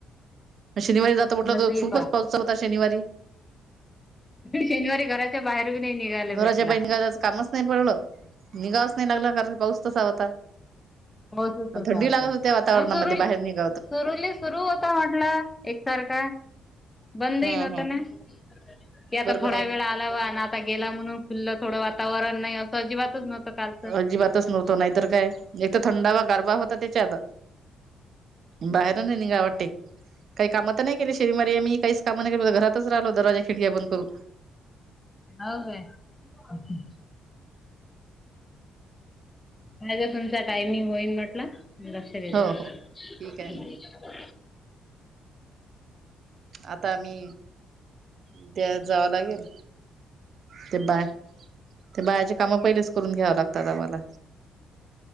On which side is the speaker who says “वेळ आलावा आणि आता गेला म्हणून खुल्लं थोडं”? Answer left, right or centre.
Left